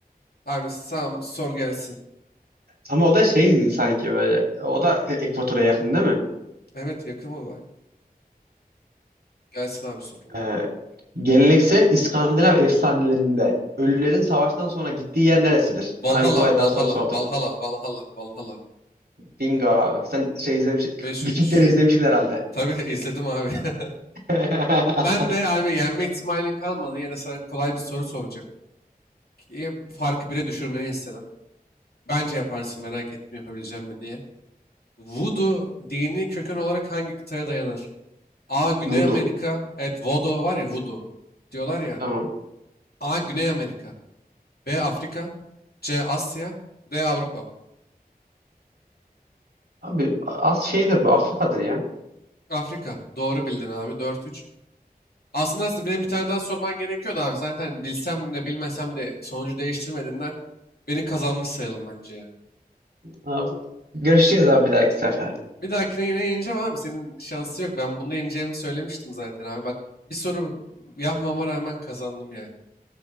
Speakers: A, on the left; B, on the right.
A: Abi tamam sor gelsin.
B: Ama o da şey sanki böyle. O da e, Ekvator'a yakın değil mi?
A: Evet yakın olay. Gelsin abi sor.
B: Ee, geleneksel İskandinav efsanelerinde ölülerin savaştan sonra gittiği yer neresidir?
A: Valhalla,
B: Sana bir kolay
A: Valhalla,
B: daha soru sorduk.
A: Valhalla, Valhalla, Valhalla.
B: Bingo abi. Sen şey izlemiş,
A: Beş
B: Vikingleri
A: üç.
B: izlemişsin herhalde.
A: Tabii izledim abi. <laughs>
B: <laughs>
A: Ben de abi yenme ihtimalin kalmadı. Yine sana kolay bir soru soracağım. Ki Farkı bire düşürmeni istedim. Bence yaparsın merak ettim yapabileceğim mi diye. Voodoo dini köken olarak hangi kıtaya dayanır? A. Güney
B: Voodoo.
A: Amerika. Evet Voodoo var ya Voodoo. Diyorlar ya.
B: Tamam.
A: A. Güney Amerika. B. Afrika. C. Asya. D. Avrupa.
B: Abi az şeydir bu Afrika'dır ya.
A: Afrika. Doğru bildin abi. dört üç. Aslında size- benim bir tane daha sorman gerekiyordu abi. Zaten bilsem de bilmesem de sonucu değiştirmediğinden beni kazanmış sayalım bence ya.
B: Abi, görüşeceğiz abi bir dahaki sefere.
A: Bir dahakine yine yeneceğim abi. Senin şansı yok. Ben bunda yeneceğimi söylemiştim zaten abi. Bak bir soru yapmama rağmen kazandım yani.